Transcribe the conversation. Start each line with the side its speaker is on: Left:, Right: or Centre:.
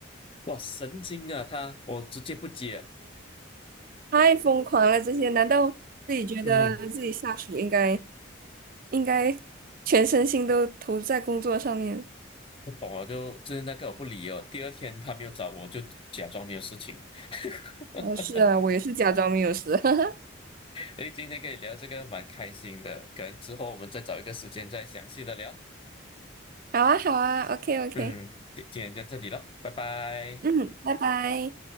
Left: 哇，神经啊他，我直接不接啊
Right: 太疯狂了这些，难道自己觉得自己下属应该
Left: 嗯哼。
Right: 应该全身心都投入在工作上面？
Left: 不懂了，就就是那个我不理哦。第二天他没有找我，就假装没有事情了。<laughs>
Right: 哦，是啊，我也是假装没有事，<laughs>
Left: 诶，今天跟你聊这个蛮开心的，可能之后我们再找一个时间再详细的聊。
Right: 好啊好啊，OK OK，
Left: 嗯，今今天就这里了，拜拜。
Right: 嗯，拜拜。